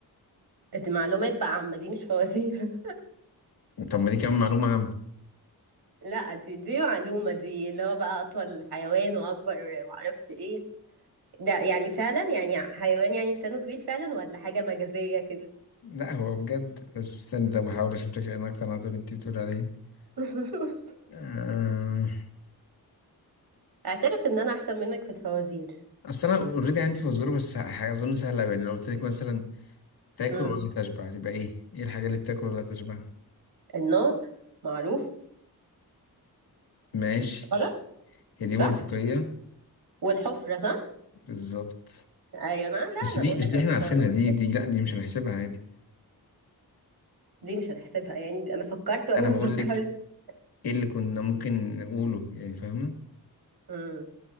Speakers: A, on the right; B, on the left.
A: دي معلومات بقى عامه دي مش فوازير <laughs>
B: طب ما دي كمان معلومة عامة
A: لا دي دي معلومه دي اللي هو بقى اطول حيوان واكبر معرفش ايه ده يعني فعلا يعني حيوان يعني لسانه طويل فعلا ولا حاجه مجازيه كده
B: لا هو بجد بس استني طب بحاول اشوف لك لان اكتر عن اللي انت بتقول عليه
A: <laughs>
B: آه...
A: اعترف ان انا احسن منك في الفوازير
B: اصل انا اوريدي عندي فزوره بس ه- اظن سهله أوي. يعني لو قلت لك مثلا تاكل
A: امم
B: ولا تشبع تبقى ايه ايه الحاجة اللي بتاكل ولا تشبع
A: النار معروف
B: ماشي
A: غلط
B: هي دي
A: صح
B: منطقية
A: والحفرة صح
B: بالظبط
A: ايوه انا لا
B: بس
A: انا
B: دي
A: بقول
B: بس
A: لك
B: دي
A: انا
B: احنا
A: في
B: عارفينها
A: الفوازير
B: دي دي لا دي مش هنحسبها عادي
A: دي مش هنحسبها يعني دي انا فكرت وانا
B: انا
A: <laughs> ما
B: بقول
A: فكرتش
B: لك ايه اللي كنا ممكن نقوله يعني فاهمة
A: امم